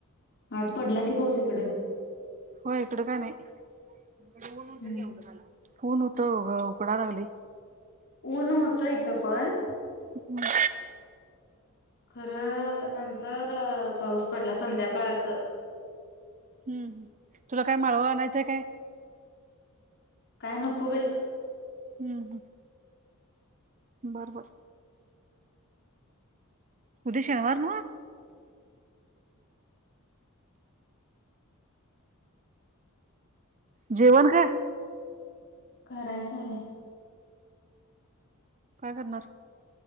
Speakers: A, on the left; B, on the right.
A: आज पडला की पाऊस इकडं.
B: होय इकडं काय नाही ऊन
A: हम्म
B: होत गं उकडा लागलय.
A: ऊन होतं इथं पण
B: हम्म.
A: खरं नंतर अ पाऊस पडला संध्याकाळचा.
B: हम्म तुला काय माळवा आणायचाय काय?
A: काय नको बाई.
B: हम्म हम्म. बरोबर. उद्या शनिवार ना? जेवण काय?
A: करायचा व्हय.
B: काय करणार?